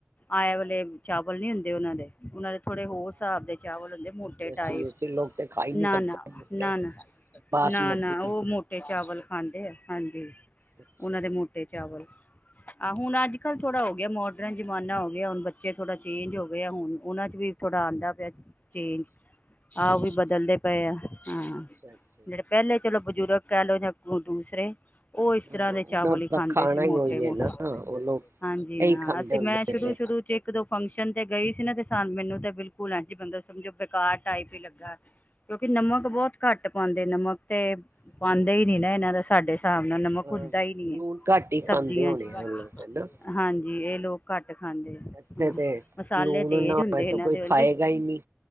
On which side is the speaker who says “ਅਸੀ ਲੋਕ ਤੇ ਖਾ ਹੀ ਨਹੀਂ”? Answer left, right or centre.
Right